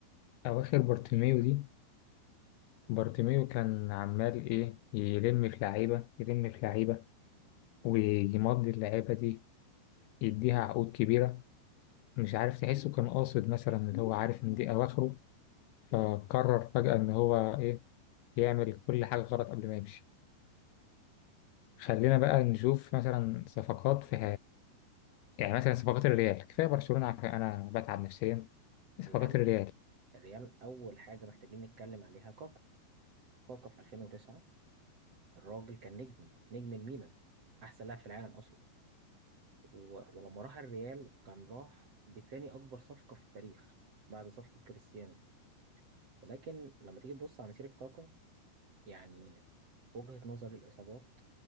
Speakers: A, on the left; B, on the right.
A: اواخر بارتيميو دي بارتيميو كان عمال ايه يلم في لعيبة يلم في لعيبة ويمضي اللعيبة دي يديها عقود كبيرة مش عارف تحسه كان قاصد مثلا اللي هو عارف ان دي اواخره فقرر فجأة ان هو ايه يعمل كل حاجة غلط قبل ما يمشي خلينا بقى نشوف مثلا صفقات في يعني مثلا صفقات الريال كفايه برشلونه عارف انا بتعب نفسيا
B: الريال
A: صفقات الريال
B: الريال أول حاجة محتاجين نتكلم عليها كاكا كاكا في 2009 الراجل كان نجم نجم الميلان أحسن لاعب في العالم و- ولما راح الريال كان راح بتاني أكبر صفقة في التاريخ بعد صفقة كريستيانو ولكن لما تيجي تبص على مسيرة كاكا يعني في وجهة نظري الإصابات